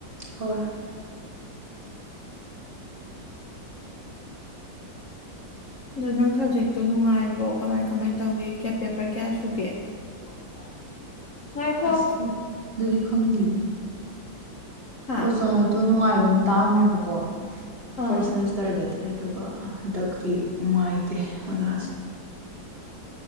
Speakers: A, on the right (about 35°); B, on the left (about 50°).
A: ꯍꯣꯏ꯫
B: ꯑꯗꯣ ꯅꯪ ꯁꯞꯖꯦꯛꯇꯣ ꯅꯨꯡꯉꯥꯏꯕ꯭ꯔꯣ ꯀꯃꯥꯏ ꯀꯃꯥꯏꯅ ꯇꯧꯒꯦ ꯀꯦꯝ ꯄꯦꯄꯔ ꯀꯌꯥ ꯁꯨꯒꯦ꯫ <inaudible> ꯉꯥꯏꯈꯣ
A: ꯑꯁ ꯑꯗꯨꯗꯤ ꯈꯪꯗꯦꯌꯦ
B: ꯍꯥ
A: ꯑꯣꯖꯥꯗꯣ ꯅꯨꯡꯉꯥꯏꯕ ꯑꯃ ꯇꯥꯛꯑꯝꯃꯦꯕꯀꯣ
B: ꯑꯥ
A: ꯐꯥꯔꯁ ꯁꯦꯃꯤꯁꯇꯔꯗꯗꯤ꯫ ꯗꯦ ꯑꯗꯨꯒ ꯍꯟꯗꯛꯇꯤ ꯅꯨꯡꯉꯥꯏꯇꯦ ꯑꯣꯖꯥꯁꯦ꯫